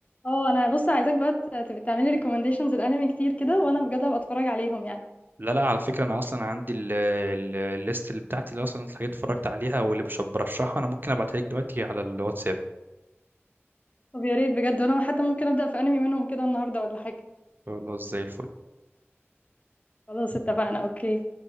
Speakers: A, on the left (about 30°); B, on the right (about 45°).
A: اه انا بص عايزاك بقى ت- تبقى تعملي ريكومنديشنز الانمي كتير كده وانا بجد هبقى اتفرج عليهم يعني
B: لا لا على فكرة أنا أصلا عندي ال- ال- الليست اللي بتاعتي اللي أصلا الحاجات اتفرجت عليها واللي بش- برشحها أنا ممكن أبعتها لك دلوقتي على الواتساب
A: طب يا ريت بجد وانا حتى ممكن ابدا في انمي منهم كده النهارده ولا حاجه
B: والله زي الفل
A: خلاص اتفقنا اوكي